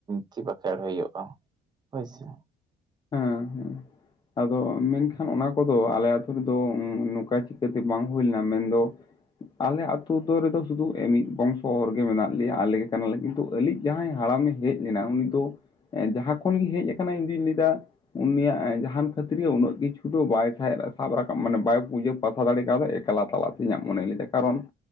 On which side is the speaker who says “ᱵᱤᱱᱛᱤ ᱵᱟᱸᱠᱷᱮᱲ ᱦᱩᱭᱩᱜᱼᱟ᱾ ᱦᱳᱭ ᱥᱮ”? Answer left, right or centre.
Right